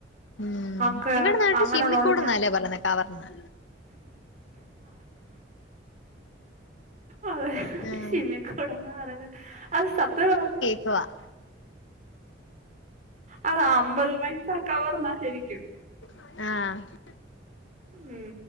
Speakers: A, on the left (about 80°); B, on the right (about 40°).
A: ഉം
B: ഒക്കെ
A: നിങ്ങടെ നാട്ടിൽ
B: അങ്ങനെള്ളോണ്ട്
A: ഷിമ്മിക്കൂട്ന്നല്ലേ
B: ഞാൻ
A: പറയുന്നെ കവർന്ന്
B: അതെ
A: ആഹ്
B: സിമ്മിക്കൂടെന്നാ പറഞ്ഞത് അത് സത്യം പറഞ്ഞ
A: ക്കുവാ
B: അതാ അമ്പത് പൈസ കവർന്നാ ശരിക്കും
A: ആഹ്
B: ഉം